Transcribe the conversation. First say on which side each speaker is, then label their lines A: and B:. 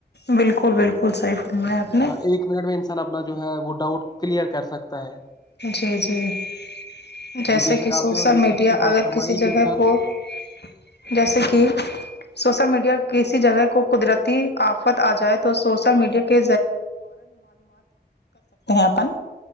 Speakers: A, on the left (about 75°); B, on the left (about 25°).
A: بالکل بالکل صحیح فرمایا آپ نے
B: ہاں ایک منٹ میں انسان اپنا جو ہے وہ ڈاؤٹ کلیئر کر سکتا ہے
A: جی جی <unintelligible> جیسے
B: جی بے شک
A: کہ
B: آپ
A: سوشل
B: نے بھی
A: میڈیا
B: اچھی بات
A: اگر
B: فرمائی
A: کسی
B: کہ
A: جگہ
B: انسان
A: کو <unintelligible> جیسے کہ <unintelligible> سوسل میڈیا کسی جگہ کو قدرتی آفت آ جائے تو سوشل میڈیا کے <unintelligible>